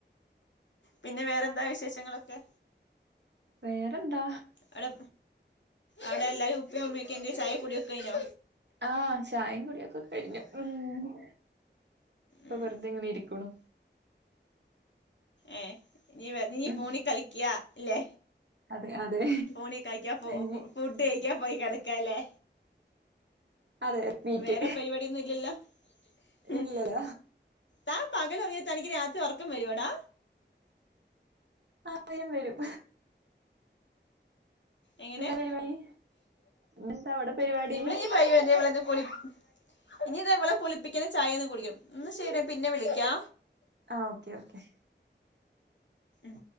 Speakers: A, on the left (about 75°); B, on the right (about 65°).
A: പിന്നെ വേറെന്താ വിശേഷങ്ങളൊക്കെ?
B: വേറെന്താ?
A: അവ്ടെ അവ്ടെ എല്ലാരും ഉപ്പിം ഉ ഉമ്മ്യൊക്കെ എന്ത്യേ ചായ കുടി ഒക്കയിഞ്ഞോ?
B: ആഹ് ചായിം കുട്യൊക്കെ കഴിഞ്ഞു മ്... ഇപ്പൊ
A: ഉം
B: വെർതെങ്ങനെ ഇരിക്ക്‌ണു
A: ഏ ഞ്ഞിവെ ഞ്ഞി
B: ഉം
A: ഫോണീ കളിക്ക്യാല്ലേ
B: അതെ അതെ
A: ഫോണീകളിക്ക്യാ ഫോ
B: ഇനി
A: ഫോ ഫുഡ് ക്കാ പോയി കെടക്ക്യാല്ലേ
B: അതെ റിപ്പീറ്റ്
A: വേറെ പരിപട്യോന്നുല്ലല്ലോ ഹും
B: ഇല്ലല്ല
A: താ പകലൊർങ്യാ തനിക്ക് രാത്രി ഒറക്കം വരോടാ
B: ആഹ് വെരും വെരും
A: എങ്ങനേ
B: പരിപാടി ഇന്നെന്താ അവിടെ പരിപാടി
A: ഇവിടെ നീ ഇവടെന്ന് പൊളി ഇനി താ ഇവളെ കുളിപ്പിക്കണം. ചായൊക്കെ കുടിക്കും. ന്നാ ശെരി ഞാ പിന്നെ വിളിക്കാ
B: ആഹ് ഓക്കെ ഓക്കെ
A: മ്